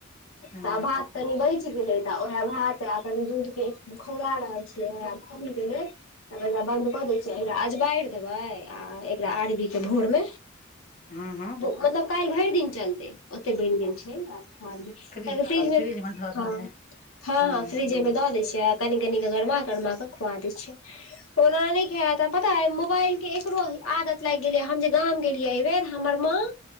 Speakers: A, on the left; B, on the left.
A: हँ
B: तऽ भात कनि बचि गेलै ओहे भात आ कनि दूध के खउला रहल छियै। आब खौल गेलै आब एकरा बंद कऽ दै छियै एकरा अजबारि देबै आ एकरा आरवी के भोर मे
A: हँ हँ
B: भो मतलब काल्हि भरि दिन चलते ओते बनि गेल छै एगफ्रिज
A: फ्रिज मे
B: में
A: फ्रिज मे धऽ
B: ह।
A: देबै
B: ह
A: हँ
B: ह फ्रिज दऽ दै छियै कनि-कनि कऽ गरमा गरमाक खुआ दै छियै ओना नै खैत अ पता अए मोबाइलके एकरो आदत लागि गेलै हम जे गाम गेलियै अइबेर हमर माँ